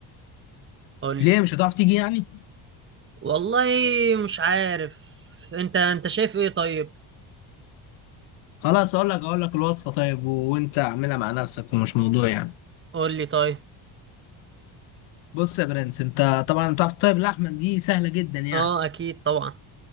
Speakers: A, on the right; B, on the left.
A: قول
B: ليه
A: لي
B: مش هتعرف تيجي يعني؟
A: والله مش عارف انت انت شايف ايه طيب
B: خلاص أقول لك أقول لك الوصفة طيب وأنت أعملها مع نفسك ومش موضوع يعني
A: قول لي طيب
B: بص يا برنس أنت طبعا بتعرف طيب اللحمة دي سهلة جدا يعني
A: اه اكيد طبعا